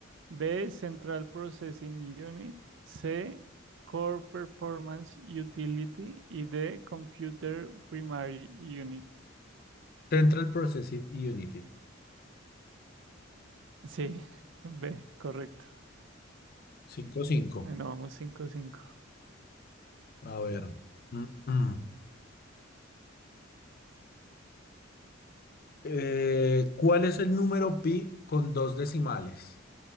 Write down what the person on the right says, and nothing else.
B, Central Processing Unit. C, Core Performance Utility. Y D, Computer Primary Unit.
Sí, <laughs> B, correcto.
Bueno, vamos cinco cinco